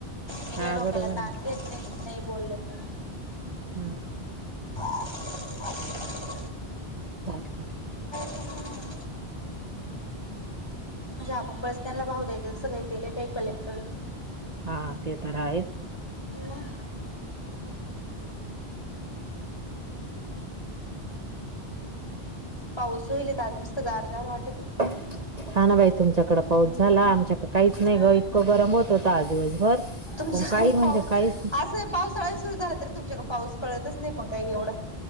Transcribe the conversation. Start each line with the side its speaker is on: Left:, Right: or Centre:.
Left: मझ्या
Right: हा
Left: डोक्याला
Right: बरोबर
Left: ताण
Right: आहे.
Left: घेत नाही नाय बोलले त म
Right: हम्
Left: हा
Right: चा <unintelligible>
Left: तर मग म्हणजे आपण बस त्यांना भाव द्यायचं जसं काहीले काही कलेक्टरी
Right: हा ते तर आहेच
Left: मग पाऊस होईलेत आज मस्त गार -गार वाटत आहे.
Right: <unintelligible> हा ना बाई तुमच्याकडें पाऊस
Left: हम्म
Right: झाला आमच्याकडे काहीच नाही
Left: हा
Right: ग
Left: ना
Right: इतकं गरम होत होत आज दिवसभर
Left: तुमच्याक
Right: पण काही म्हणजे
Left: पाऊ
Right: काहीच
Left: असंय पाऊसाळी सुरु झाला त रे तुमच्याकडे पा कळतच नाही पण काही एवढं